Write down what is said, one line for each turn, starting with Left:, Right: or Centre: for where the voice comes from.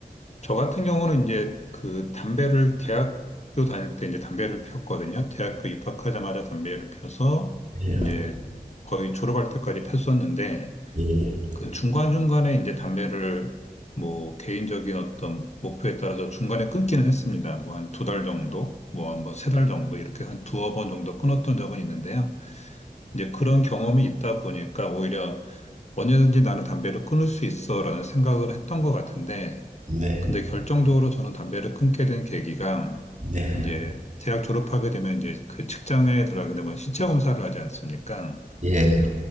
Left: 저 같은 경우는 이제 그 담배를 대학교 다닐 때 이제 담배를 피웠거든요. 대학교 입학하자마자 담배를 피워서
Right: 예.
Left: 이제 거의 졸업할 때까지 폈었는데
Right: 예.
Left: 그 중간중간에 이제 담배를 뭐 개인적인 어떤 목표에 따라서 중간에 끊기는 했습니다. 뭐 한 두 달 정도, 뭐 한 뭐 세 달 정도 이렇게 한 두어 번 정도 끊었던 적은 있는데요. 이제 그런 경험이 있다 보니까 오히려 언제든지 나는 담배를 끊을 수 있어라는 생각을 했던 것 같은데,
Right: 네.
Left: 근데 결정적으로 저는 담배를 끊게 된 계기가
Right: 네.
Left: 이제 대학 졸업하게 되면 이제 그 직장에 들어가게 되면 신체 검사를 하지 않습니까?
Right: 예.